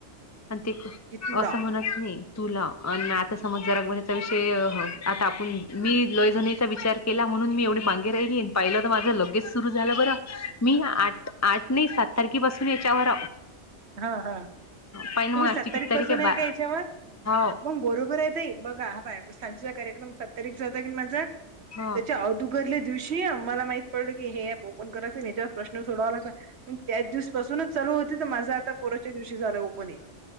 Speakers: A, on the left; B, on the right.
A: आणि ते
B: कि तुला
A: असं <unintelligible> म्हणत नाही तुला आणि आता समज जरागभरचा विषय आता आपण मी लईजणीचा विचार केला म्हणून मी एवढी मांगे राहिली पाहिलं तर माझं लगेच सुरु झालं बरं मी आठ आठ नाही सात तारखे पासून याच्यावर
B: हा हा
A: पाहि ना
B: तुम्ही
A: मग आजची
B: सत्तारीख
A: किती तारीख
B: पासून आहे
A: बा
B: का याच्यावर
A: हो
B: मग बरोबर आहे. बघा हा सजेचा कार्यक्रम सत्तारीचा हो की माझा
A: हो
B: त्याच्या घरल्या दिवशी मला माहित पडल की हे अप ओपन करायंच याच्यावर प्रश्न सोडावा लाग त्याच दिवसपासूनच चालू होती तर माझं आता पोराच्या दिवशी झालं ओपनिंग